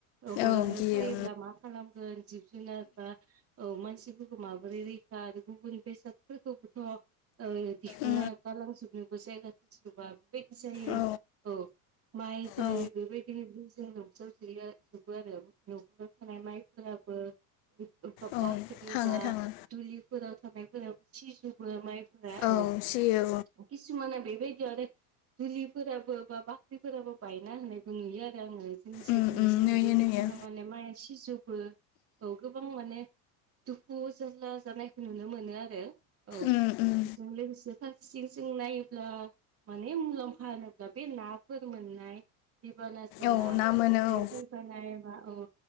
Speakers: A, on the right; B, on the left.
A: हरावनो
B: औ गियो
A: फायोब्ला मा खालामगोन जिब जुनार बा औ मानसि माबोरै रैखा आरो गुबुन बेसादफोरखौबोथ' दिखांना
B: उम
A: गालांजोबनोबो जायगा थैजोबा बेबायदि जायो
B: औ
A: औ माइ दै
B: औ
A: बेबायदिनो जों न'साव जयो जोबो आरो न'खराव थानाय माइफोराबो
B: औ
A: बाख्रि
B: थाङो
A: बा
B: थाङो
A: दुलिफोराव थानायफोरावबो सिजोबो माइफोरा
B: औ
A: औ
B: सियो
A: खिसुमान बेेबायदि आरो डुलिफोराबो बा बाख्रिफोराबो बायना होननायबो नुयो आरो आङो ऐसे
B: उम
A: नुनो
B: उम नुयो
A: मोन्दों
B: नुयो
A: बेफोराव माने माइ सिजौबो औ गोबां माने दुखु जारला जानायखौ नुनो मोनो आरो औ
B: उम उम
A: बेजों लोगोसे फारसेथिं सिं नायोब्ला माने मुलाम्फा होनोब्ला बे नाफोर मोननाय दैबानाजों
B: औ
A: ना गोरलै
B: मोनो औ
A: फैयो बानायनायबा औ